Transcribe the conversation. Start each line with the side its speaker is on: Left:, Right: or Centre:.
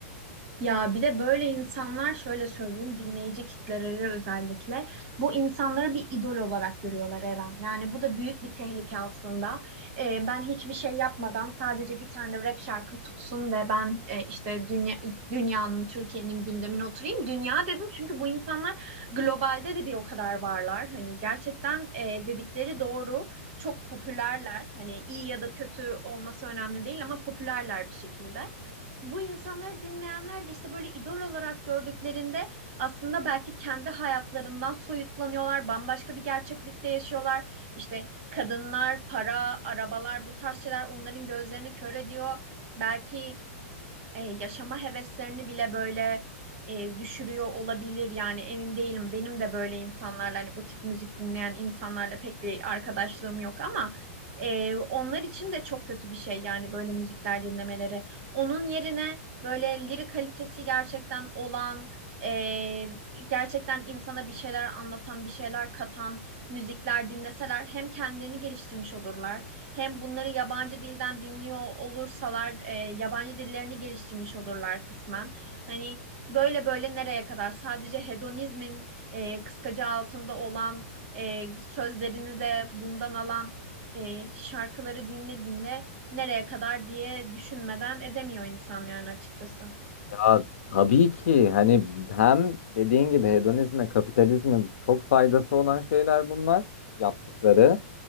Right: Ya bir de böyle insanlar şöyle söyleyeyim dinleyici kitleleri özellikle bu insanları bir idol olarak görüyorlar Eren. Yani bu da büyük bir tehlike aslında. Ee, ben hiçbir şey yapmadan sadece bir tane rap şarkım tutsun ve ben e, işte dünya, dünyanın, Türkiye'nin gündemine oturayım. Dünya dedim çünkü bu insanlar globalde de bir o kadar varlar. Hani gerçekten e, dedikleri doğru. Çok popülerler. Hani iyi ya da kötü olması önemli değil ama popülerler bir şekilde bu insanları dinleyenler de işte böyle idol olarak gördüklerinde aslında belki kendi hayatlarından soyutlanıyorlar, bambaşka bir gerçeklikte yaşıyorlar. İşte kadınlar, para, arabalar bu tarz şeyler onların gözlerini kör ediyor. Belki e, yaşama heveslerini bile böyle e, düşürüyor olabilir. Yani emin değilim. Benim de böyle insanlarla hani bu tip müzik dinleyen insanlarla pek bir arkadaşlığım yok ama e, onlar için de çok kötü bir şey yani böyle müzikler dinlemeleri. Onun yerine böyle lirik kalitesi gerçekten olan e, gerçekten insana bir şeyler anlatan, bir şeyler katan müzikler dinleseler hem kendilerini geliştirmiş olurlar hem bunları yabancı dilden dinliyor olursalar e, yabancı dillerini geliştirmiş olurlar kısmen. Hani böyle böyle nereye kadar sadece hedonizmin e, kıskacı altında olan e, sözlerini de bundan alan e, şarkıları dinle dinle nereye kadar diye düşünmeden edemiyor insan yani açıkçası.
Left: Ya tabii ki hani hem dediğin gibi hedonizme, kapitalizme çok faydası olan şeyler bunlar yaptıkları.